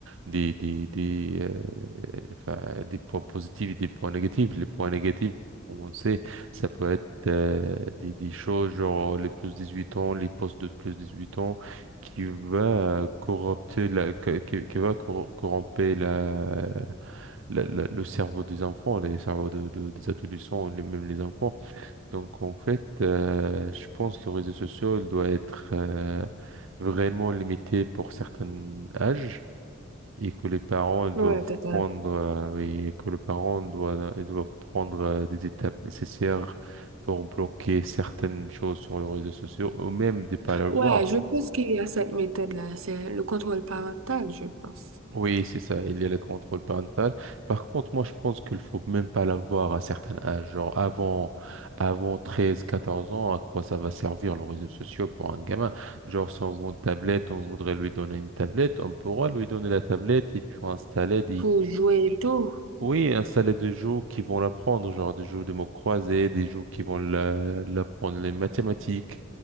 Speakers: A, on the right; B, on the right.
A: des, des, des, euh, enfin, des points positifs et des points négatifs. Les points négatifs, pour commencer, ça peut être euh, des, des choses genre les plus 18 ans, les postes de plus 18 ans qui va corrupter la, qui, qui va corromper la, la- la- le cerveau des enfants, les cerveaux de, de- des adolescents, les, même les enfants. Donc en fait, euh, je pense que le réseau social doit être euh, vraiment limité pour certains âges et que les parents doivent
B: Ouais, totalement.
A: prendre euh, et que les parents doivent, ils doivent prendre euh, des étapes nécessaires pour bloquer certaines choses sur les réseaux sociaux ou même de pas l'avoir.
B: Ouais, je pense qu'il y a cette méthode-là, c'est le contrôle parental, je pense,
A: Oui, c'est ça, il y a le contrôle parental. Par contre, moi, je pense qu'il faut même pas l'avoir à certains âges, genre avant, avant 13, 14 ans, à quoi ça va servir les réseaux sociaux pour un gamin? Genre, si on veut une tablette, on voudrait lui donner une tablette, on pourra lui donner la tablette et puis installer
B: pour jouer tôt.
A: oui, installer des jeux qui vont l'apprendre, genre des jeux de mots croisés, des jeux qui vont la- l'apprendre les mathématiques,